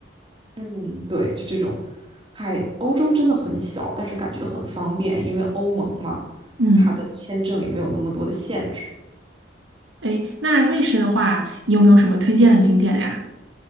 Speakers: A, on the right; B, on the right.
A: 嗯，对，就这种。嗨，欧洲真的很小，但是感觉很方便，因为欧盟嘛，
B: 嗯，
A: 它的签证也没有那么多的限制。
B: 诶，那瑞士的话，你有没有什么推荐的景点呀？